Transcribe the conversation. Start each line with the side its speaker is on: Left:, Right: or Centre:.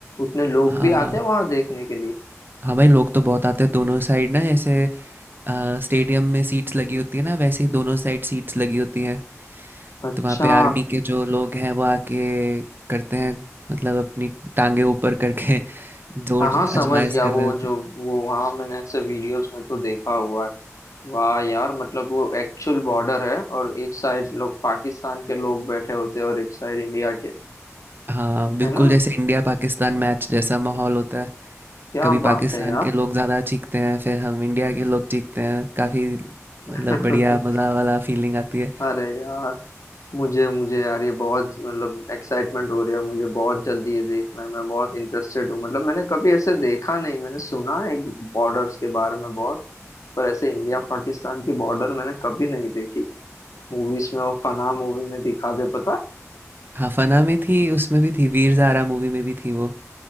Left: उतने लोग
Right: हाँ
Left: भी आते हैं वहां देखने के लिए
Right: हाँ भाई लोग तो बहुत आते हैं दोनों साइड ना जैसे अ, स्टेडियम में सीट्स लगी होती है ना वैसे ही दोनों साइड सीट्स लगी होती हैं
Left: अच्छा
Right: तो वहाँ पे आर्मी के जो लोग हैं वो आके करते हैं मतलब अपनी टांगे ऊपर करके <laughs> जोर
Left: हाँ हाँ समझ
Right: आजमाइश
Left: गया
Right: कर
Left: वो
Right: रहे होते
Left: जो
Right: हैं
Left: वो हाँ मैंने ऐसे वीडियोस में तो देखा हुआ है वाह यार मतलब वो एक्चुअल बॉर्डर है और एक साइड लोग पाकिस्तान के लोग बैठे होते हैं और एक साइड इंडिया के
Right: हाँ बिल्कुल
Left: है ना
Right: जैसे इंडिया पाकिस्तान मैच जैसा माहौल होता है
Left: क्या
Right: कभी
Left: बात
Right: पाकिस्तान
Left: है
Right: के लोग ज़्यादा चीखते हैं फिर हम इंडिया के लोग चीखते हैं काफ़ी मतलब
Left: यार
Right: बढ़िया मज़ा
Left: <laughs>
Right: वाला फीलिंग आती है
Left: अरे यार मुझे मुझे यार ये बहुत मतलब एक्साइटमेंट हो रही है मुझे बहुत जल्दी ये देखना है मैं बहुत इंटरेस्टेड हूँ मतलब मैंने कभी ऐसे देखा नहीं मैंने सुना है बॉर्डर्स के बारे में बहुत पर ऐसे इंडिया पाकिस्तान की बॉर्डर मैंने कभी नहीं देखी मूवीज में वो फना मूवी में दिखा दे पता है
Right: हाँ फना में थी उसमें भी थी वीर ज़ारा मूवी में भी थी वो